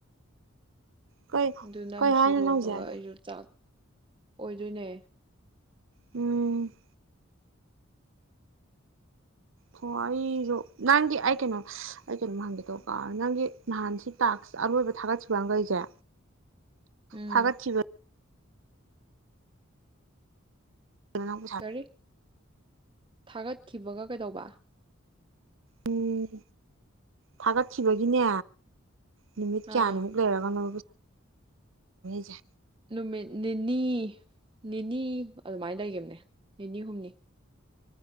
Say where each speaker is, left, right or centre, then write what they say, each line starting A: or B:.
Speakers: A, on the right (about 65°); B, on the right (about 25°).
A: ꯀꯩ
B: ꯑꯗꯨ ꯅꯪ
A: ꯀꯩ ꯍꯥꯏꯅꯣ
B: ꯁꯤ ꯂꯣꯏꯕꯒ
A: ꯍꯧꯖꯤꯛ ꯍꯥꯏꯗꯣ
B: ꯑꯩꯁꯨ ꯆꯥꯛ ꯑꯣꯏꯗꯣꯏꯅꯦ
A: ꯎꯝ ꯍ ꯑꯩꯁꯨ ꯅꯪꯒꯤ ꯑꯩ ꯀꯩꯅꯣ ꯑꯩ ꯀꯩꯅꯣꯝ ꯍꯪꯒꯦ ꯇꯧꯀꯣ ꯅꯪꯒꯤ ꯅꯍꯥꯟ ꯁꯤ ꯇꯥꯛꯁ ꯑꯔꯣꯏꯕ ꯊꯥꯒꯠꯈꯤꯕꯈꯩꯁꯦ
B: ꯎꯝ
A: ꯊꯥꯒꯠ ꯊꯈꯤꯕ ꯈꯅꯕꯨ ꯁꯥ
B: ꯀꯔꯤ ꯊꯥꯒꯠꯈꯤꯕꯒ ꯀꯩꯗꯧꯕ
A: ꯎꯝ ꯊꯥꯒꯠꯈꯤꯕꯒꯤꯅꯦ ꯅꯨꯃꯤꯠ
B: ꯑꯥ
A: ꯀꯌꯥꯅꯤꯃꯨꯛ ꯂꯩꯔꯒꯅ ꯖꯦ
B: ꯅꯨꯃꯤꯠ ꯅꯤꯅꯤ ꯅꯤꯅꯤ ꯑꯗꯨꯃꯥꯏꯅ ꯂꯩꯈꯤꯕꯈꯤꯕꯅꯦ ꯅꯤꯅꯤ ꯍꯨꯝꯅꯤ